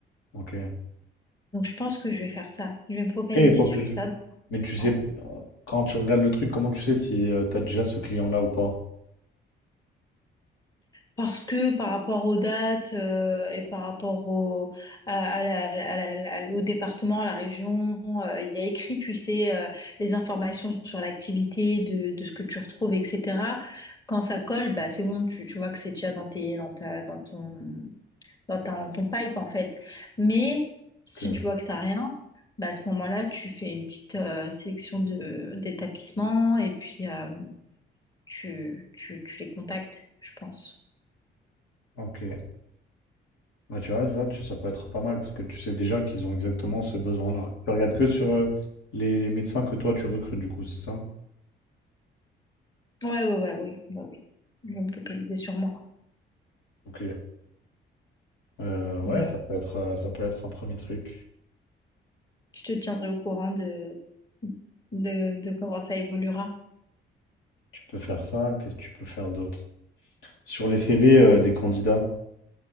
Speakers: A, on the left; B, on the left.
A: Ok. Après,
B: Donc, je pense que je vais faire ça. Je vais me focaliser
A: il faut
B: sur
A: que...
B: ça.
A: Mais tu sais,
B: hein.
A: quand tu regardes le truc, comment tu sais si euh, t'as déjà ce client-là ou pas?
B: Parce que par rapport aux dates euh, et par rapport au, à- à la- à la- à la- au département, à la région, euh, il y a écrit, tu sais, euh, les informations sur l'activité, de, de ce que tu retrouves, etc. Quand ça colle, bah, c'est bon, tu, tu vois que c'est déjà dans tes, dans ta, dans ton, dans ton, ton pipe en fait. Mais si
A: Ok.
B: tu vois que t'as rien, bah, à ce moment-là, tu fais une petite euh, sélection de d'établissements et puis euh, tu, tu, tu les contactes, je pense.
A: Ok. Bah, tu vois, ça, tu- ça peut être pas mal parce que tu sais déjà qu'ils ont exactement ce besoin-là. Tu regardes que sur euh, les, les médecins que toi, tu recrutes, du coup, c'est ça?
B: Ouais, ouais, ouais, oui, bah oui. Je vais me focaliser sur moi.
A: Ok. Euh, ouais,
B: Voilà.
A: ça peut être, euh, ça peut être un premier truc.
B: Je te tiendrai au courant de, de, de comment ça évoluera.
A: Tu peux faire ça, qu'est-ce que tu peux faire d'autre? Sur les CV euh, des candidats,